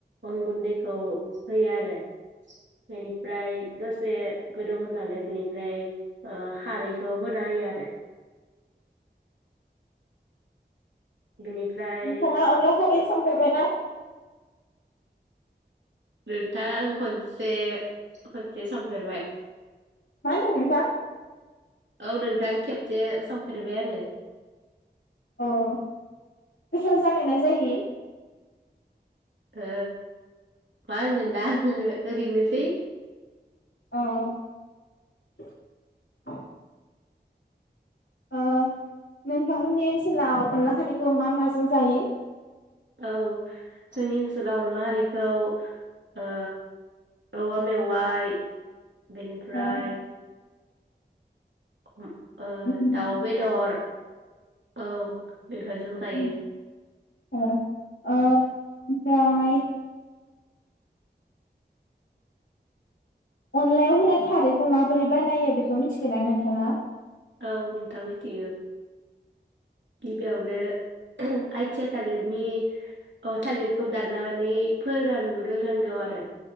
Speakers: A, on the right; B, on the left.
A: अन गुन्दैखौ होयो आरो बेनिफ्राय दसे गोदौ होनानै बिनिफ्राय ओ खारैखौ हो जायो आरो बेनिफ्राय
B: नोंथांआ अनलाखारै सं फेरबायना
A: <unintelligible> दा आं खनसे खनसे संफेरबाय
B: मा होनदों नोंथां
A: औ नोंथां खेबसे संफेरबाय आङो
B: अ गोसाल जानायना जायि?
A: ओ मा होनगोन दा आङो ओरैनोसै
B: अ <unintelligible> ओ नोंथांमोननि ओनसोलाव अनला खारैखौ मा माजों जायो?
A: औ जोंनि ओनसोलाव अनला खारिखौ ओ औवा मेवाय बेनिफ्राय
B: ओ
A: <unintelligible> ओ
B: उम
A: दाउ बेदर औ बेफोरजों जायो।
B: ओ ओ ओमफ्राय अनलायाव होनाय खारैखौ माबोरै बानायो बेखौ मिथिगोना नोंथाङा?
A: औ नोंथां मिथिगौ गिबियावनो आइथिया थालिरनि थालिरखौ दाननानै फोरानग्रोनांगौ आरो